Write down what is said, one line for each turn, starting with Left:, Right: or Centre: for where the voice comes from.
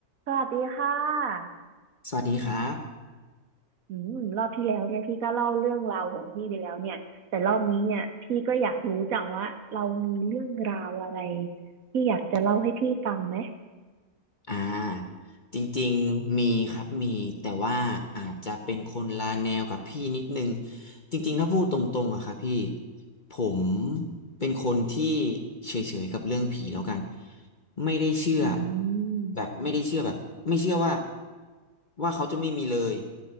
Right: สวัสดีค่ะ
Left: สวัสดีครับ
Right: อืมรอบที่แล้วเนี่ยพี่ก็เล่าเรื่องราวของพี่ไปแล้วเนี่ย แต่รอบนี้เนี่ยพี่ก็อยากรู้จังว่าเรามีเรื่องราวอะไรที่อยากจะเล่าให้พี่ฟังไหม
Left: อ่าจริงๆมีครับมีแต่ว่าอาจจะเป็นคนละแนวกับพี่นิดนึงจริงๆถ้าพูดตรงๆอะครับพี่ผมเป็นคนที่เฉยๆกับเรื่องผีแล้วกันไม่ได้เชื่อ
Right: อืม
Left: แบบไม่ได้เชื่อแบบไม่เชื่อว่าว่าเขาจะไม่มีเลย